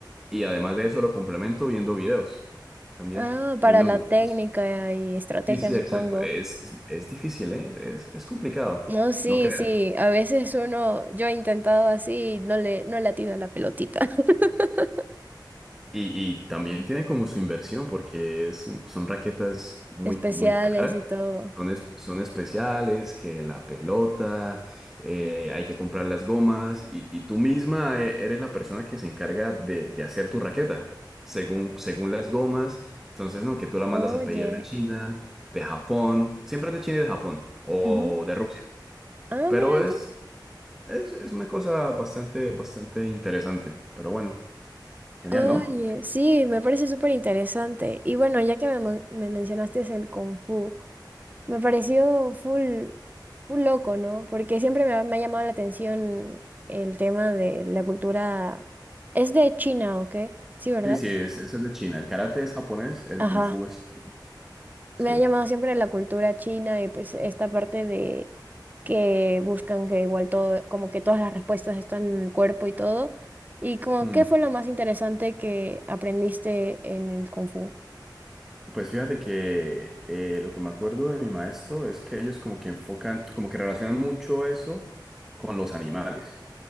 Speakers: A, in the centre; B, on the right.
A: y además de eso lo complemento viendo videos también,
B: ah, para
A: viendo
B: la
A: videos.
B: técnica y estrategia,
A: Sí, sí,
B: supongo.
A: exacto. Es, es, es difícil, ¿eh? Es, es- es complicado,
B: No, sí,
A: no creas.
B: sí, a veces uno, yo he intentado así y no le, no le atino a la pelotita. <laughs>
A: Y, y también tiene como su inversión porque es, son raquetas muy,
B: Especiales
A: muy caras.
B: y todo.
A: Son, es- son especiales, que la pelota, eh, hay que comprar las gomas y, y tú misma eh, eres la persona que se encarga de, de hacer tu raqueta, según, según las gomas. Entonces, no, que tú la mandas
B: Oye.
A: a pedir de China, de Japón, siempre es de China y de Japón o
B: ujú.
A: de Rusia.
B: Ah,
A: Pero
B: mira
A: es,
B: tú.
A: es, es una cosa bastante, bastante interesante. Pero bueno, genial,
B: Oye,
A: ¿no?
B: sí, me parece súper interesante. Y bueno, ya que me, mon- me mencionaste es el Kung Fu, me pareció full, full loco, ¿no? Porque siempre me ha, me ha llamado la atención el tema de la cultura. Es de China, ¿o qué? Sí, ¿verdad?
A: Sí, sí, es, eso es de China. El karate es japonés, el
B: Ajá.
A: kung fu es chino. Sí.
B: Me ha llamado siempre la cultura china y pues esta parte de que buscan que igual todo, como que todas las respuestas están en el cuerpo y todo. Y como,
A: Mm.
B: ¿qué fue lo más interesante que aprendiste en el Kung Fu?
A: Pues fíjate que eh, lo que me acuerdo de mi maestro es que ellos como que enfocan, como que relacionan mucho eso con los animales